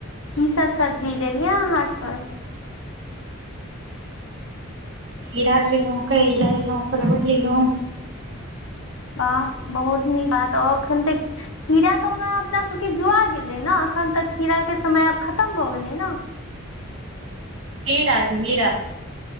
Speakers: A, on the left; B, on the right.
A: की सब सब्जी लेलिया हाट पर
B: खीरा लेलु करैला लेलहुँ परवल लेलहुँ
A: वाह बहुत नीक बात एखन तऽ खीरा तऽ ओना अपना सबकेँ जुआ गेलैक ने अखन तऽ खीरा क समय आब खतम भऽ गेलै न
B: हीरा द नीरा <inaudible>